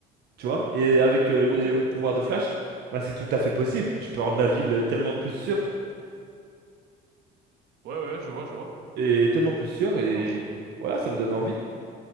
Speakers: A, on the right; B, on the right.
A: tu vois. Et avec euh, les
B: Ok, ouais.
A: pouvoirs de Flash, bah, c'est tout à fait possible. Tu peux rendre la ville euh, tellement plus sûre,
B: Ouais, ouais, je vois, je vois.
A: et tellement plus sûre,
B: D'accord.
A: et voilà, ça me donne envie.